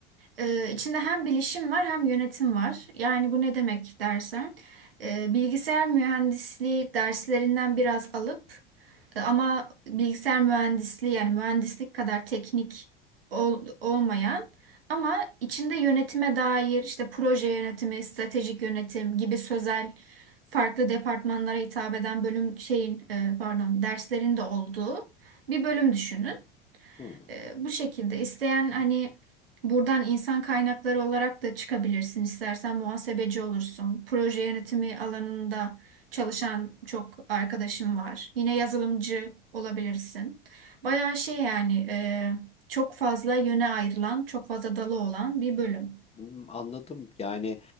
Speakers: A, on the right; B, on the left.
A: Ee, içinde hem bilişim var hem yönetim var. Yani bu ne demek dersen, e, bilgisayar mühendisliği derslerinden biraz alıp e, ama bilgisayar mühendisliği yani mühendislik kadar teknik ol- olmayan ama içinde yönetime dair işte proje yönetimi, stratejik yönetim gibi sözel farklı departmanlara hitap eden bölüm şeyin e, pardon derslerin de olduğu bir bölüm düşünün.
B: Hmm.
A: E, bu şekilde isteyen hani buradan insan kaynakları olarak da çıkabilirsin. İstersen muhasebeci olursun. Proje yönetimi alanında çalışan çok arkadaşım var. Yine yazılımcı olabilirsin. Bayağı şey yani e, çok fazla yöne ayrılan, çok fazla dalı olan bir bölüm.
B: Hmm, Anladım. Yani